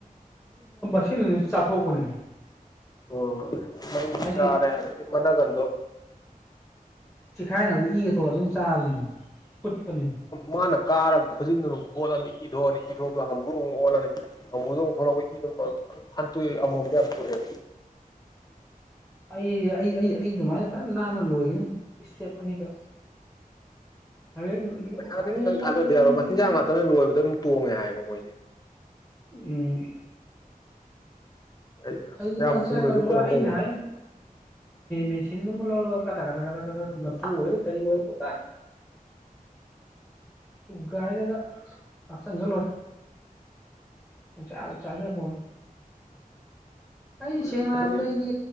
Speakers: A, in the centre; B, on the left (about 25°).
A: ꯁꯤꯅꯁꯨ ꯆꯥꯊꯣꯛꯄꯅꯦ
B: ꯑꯣ
A: ꯍꯥꯏꯗꯤ
B: ꯆꯔꯦꯔꯦ ꯃꯅꯦꯒ ꯑꯗꯨ
A: ꯆꯤꯈꯥꯏꯅꯕꯗꯤ ꯏꯒ ꯊꯣꯂꯒ ꯑꯗꯨꯝ ꯆꯥꯕꯅꯤ ꯀꯨꯠꯄꯅꯤ
B: ꯃꯥꯅ ꯀꯥꯔꯒ ꯈꯨꯖꯤꯟꯗꯨꯅ ꯈꯣꯠꯂꯅꯤ ꯏ ꯊꯣꯛꯑꯅꯤ ꯏ ꯊꯣꯛꯗꯣ ꯍꯝꯝꯕ꯭ꯔꯨ ꯑꯃꯨꯛ ꯑꯣꯜꯂꯅꯤ ꯍꯝꯝꯕ꯭ꯔꯗꯨ ꯑꯃꯨꯛ ꯊꯣꯛꯂꯛꯄ ꯏꯗꯨ ꯍꯥꯟ ꯇꯨ ꯑꯃꯨ ꯌꯥꯝꯔꯦ
A: ꯑꯩ ꯑꯩ ꯑꯩ ꯑꯩ ꯑꯗꯨꯃꯥꯏꯅ ꯐꯖ ꯅꯥꯟꯅ ꯂꯣꯏꯒꯅꯤ ꯏꯁꯇꯦꯞ ꯑꯅꯤꯒ ꯍꯌꯦꯡ
B: ꯆ ꯄꯩꯁꯥꯗ
A: ꯍꯌꯦꯡ
B: ꯈꯤꯇꯪ
A: ꯀꯣꯟꯅ
B: ꯊꯥꯗꯗ
A: ꯌꯨꯝꯗ
B: ꯌꯥꯔꯣ ꯃꯆꯤꯟꯖꯥꯛ ꯉꯥꯛꯇꯅ ꯂꯣꯏꯕꯗ ꯑꯗꯨꯝ ꯇꯣꯡꯉꯦ ꯍꯥꯏꯌꯦꯕ ꯃꯣꯏꯁꯦ
A: ꯎꯝ
B: ꯍꯥꯏꯗꯤ
A: ꯑꯩꯗꯤ
B: ꯌꯥꯝ
A: ꯃꯥ
B: ꯊꯨꯅꯁꯨ
A: ꯀꯔ
B: ꯀꯩꯅꯣ
A: ꯑꯩꯩꯅ
B: ꯇꯧꯕ
A: ꯍꯥꯏ ꯃꯦꯆꯤꯟꯗꯨ ꯑꯃꯨꯛ ꯂꯧꯔꯒ ꯀꯊꯛ ꯀꯊ ꯀꯊꯛ ꯀꯊ ꯂꯐꯨ ꯑꯣꯏꯔꯦ ꯀꯔꯤ ꯑꯣꯏꯔ ꯄꯣ
B: <inaudible>
A: ꯎꯒꯥꯏꯗꯗ ꯑꯞ ꯆꯪꯒ ꯂꯦ ꯍꯧꯁ ꯑꯂꯣ ꯆꯒꯦ ꯐꯣꯟ ꯑꯩꯗꯤ ꯁꯦꯡꯅ
B: ꯑꯗꯨꯝ
A: ꯍꯥꯏꯔꯕꯗꯣ
B: ꯍꯥꯏꯗꯤ
A: ꯑꯩꯗꯤ